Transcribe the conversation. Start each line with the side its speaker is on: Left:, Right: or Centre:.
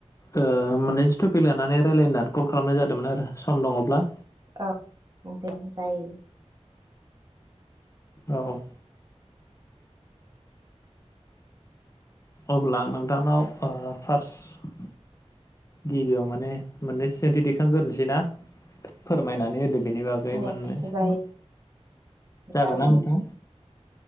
Left: ओ मानैसो थुपिक लानानै रायलाय होनना कल खालामनाय जादोंमोन आरो सम दङब्ला
Right: औ दे जायो।
Left: औ। अब्ला आं नोंथांनाव ओ फार्स्त। गिबियाव माने मोननै सोंथि दैखांग्रोनोसै ना। फोरमायनानै होदो बेनि बागै
Right: दे
Left: मोननैसो
Right: जायो
Left: जागोन
Right: जायो
Left: ना नोंथां?